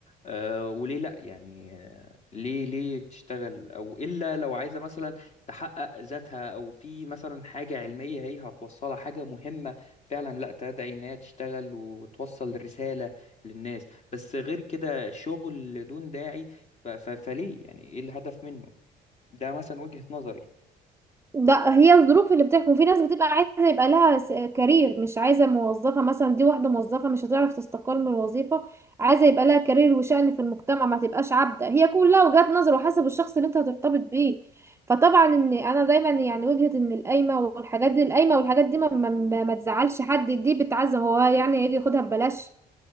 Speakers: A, on the left; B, on the right.
A: أه وليه لا يعني آه، ليه ليه تشتغل او الا لو عايزة مثلا تحقق ذاتها او في مثلا حاجة علمية هي هتوصلها حاجة مهمة فعلا لا تدعي ان هي تشتغل وتوصل رسالة للناس بس غير كده شغل دون داعي ف... ف... فليه يعني ايه الهدف منه ده مثلا وجهة نظري
B: ده هي الظروف اللي بتحكم في ناس بتبقى عايزه يبقى لها س- كارير مش عايزه موظفه مثلا دي واحده موظفه مش هتعرف تستقل من الوظيفه عايزه يبقى لها كارير وشأن في المجتمع ما تبقاش عبده هي كلها وجهات نظر وحسب الشخص اللي انت هترتبط بيه فطبعا ان انا دايما يعني وجهه ان القايمه والحاجات دي القايمه والحاجات دي ما, ما, ما ما تزعلش حد دي بتعزم هو يعني يجي ياخدها ببلاش